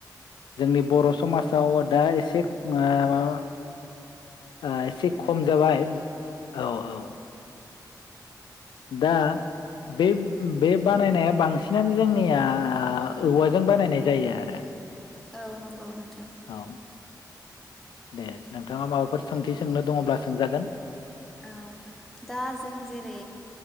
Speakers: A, on the left; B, in the centre.
A: जोंनि बर' समाजाव दा एसे ओ माबा ओ एसे खम जाबाय औ औ। दा बे बे बानायनाया बां सिनानो जोंनिया औवाजों बानायनाय जायो आरो।
B: औ नंगौ नोंथां।
A: औ दे नोंथाङा माबाफोर सोंथि सोंनो दङब्ला सोंजागोन
B: औ दा जों जेरै